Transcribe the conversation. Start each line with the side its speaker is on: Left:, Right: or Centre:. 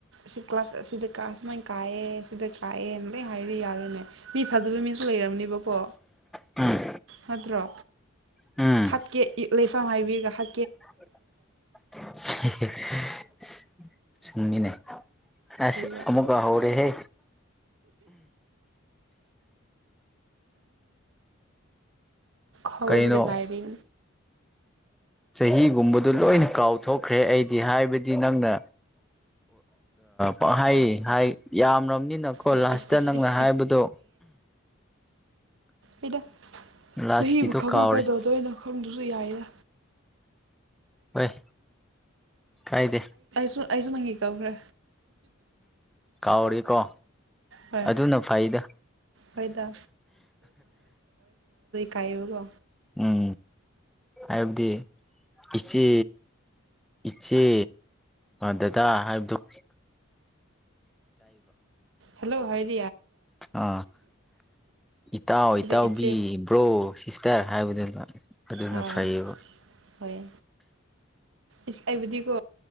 Right: ꯁꯦ ꯀ꯭ꯂꯥꯁ ꯀ ꯀꯥꯏꯑ ꯁꯤꯗ ꯀꯥꯏꯑ ꯍꯥꯏꯦꯔꯤꯅꯦ ꯃꯤꯐꯥꯖ ꯂꯩꯔꯝꯅꯦꯕꯀꯣ
Centre: ꯎꯝ
Right: ꯅꯠꯇ꯭ꯔꯣ
Centre: ꯎꯝ
Right: ꯍꯥꯠꯀꯦ ꯂꯩꯐꯝ ꯍꯥꯏꯕꯤꯔꯒ ꯍꯥꯏ
Centre: <inaudible> ꯁꯨꯝꯃꯤꯅꯦ ꯑꯁ
Right: ꯂꯩꯕ
Centre: ꯑꯃꯨꯀꯍꯧꯔꯦꯍꯦ
Right: ꯍꯥꯎꯗ
Centre: ꯀꯩꯅꯣ
Right: ꯉꯥꯏꯔꯤ
Centre: ꯆꯍꯤꯒꯨꯝꯕꯗ ꯂꯣꯏꯅ ꯀꯥꯎꯊꯣꯛꯈ꯭ꯔꯦ ꯑꯩꯗꯤ ꯍꯥꯏꯕꯗꯤ ꯅꯪꯅ ꯑꯣ ꯍꯥꯏ ꯍꯥꯏ ꯌꯥꯝ ꯑꯅꯀꯣ
Right: ꯏꯁ
Centre: ꯂꯥꯁꯇ
Right: ꯏꯁ ꯏꯁ
Centre: ꯅꯪꯅ
Right: ꯏꯁ
Centre: ꯍꯥꯏꯕꯗꯣ
Right: ꯑꯩꯅ
Centre: ꯂꯥꯁꯀꯤꯗꯣ
Right: ꯆꯍꯤꯕꯨ ꯈꯪꯉ
Centre: ꯀꯥꯎꯔꯦ
Right: ꯀꯩꯗꯧꯗꯣꯏꯅꯣ ꯈꯪꯗꯁꯨ ꯌꯥꯏꯗ
Centre: ꯍꯣꯏ ꯀꯥꯏꯗꯦ
Right: ꯁꯨꯁꯨꯅꯪꯤ ꯀꯕ꯭ꯔꯦ
Centre: ꯀꯥꯎꯔꯤ ꯀꯣ
Right: ꯍꯣꯏ
Centre: ꯑꯗꯨꯅ ꯐꯩꯗ
Right: ꯍꯣꯏꯗ ꯀꯩꯕꯣ
Centre: ꯎꯝ ꯑꯩꯕꯗꯤ ꯀꯁꯤ ꯏꯆꯦ ꯗꯗꯥ ꯍꯥꯏꯕꯗꯨꯣ
Right: ꯍꯜꯂꯣ ꯍꯥꯏꯗꯤ
Centre: ꯑ ꯏꯇꯥꯎ
Right: ꯁꯤꯗ
Centre: ꯏꯇꯥꯎꯕꯤꯕ꯭ꯔꯣ
Right: ꯏꯆꯦ
Centre: ꯁꯤꯁꯇꯔ ꯍꯥꯏꯕꯗꯨ ꯑꯗꯨꯅ
Right: ꯍꯣꯏ
Centre: ꯐꯩꯌꯦꯕ
Right: ꯍꯣꯏ ꯏꯁ ꯑꯩꯕꯨꯗꯤꯀꯣ